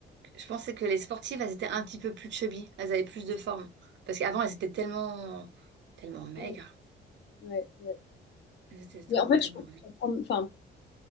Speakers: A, on the right (about 65°); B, on the left (about 60°).
A: Je pensais que les sportives, elles étaient un petit peu plus chubby, elles avaient plus de forme. Parce qu'avant, elles étaient tellement tellement maigres.
B: Ouais, ouais, ouais.
A: Elles étaient vraiment
B: Mais en fait,
A: tellement
B: je comprends,
A: maigres.
B: enfin,